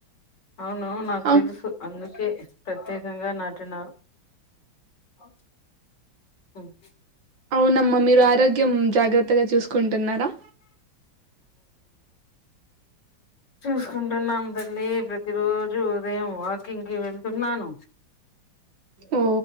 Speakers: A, on the left; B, on the right.
A: అవును నాకు
B: అవ్
A: తెలుసు అందుకే ప్రత్యేకంగా నాటిన ఓ మ్మ్
B: అవునమ్మా మీరు ఆరోగ్యం జాగర్ త్తగా చూసుకుంటున్నారా
A: చూసుకుంటున్నాము తల్లి ప్రతి రోజు ఉదయం వాకింగ్ కి వెళ్తున్నాను.
B: ఓ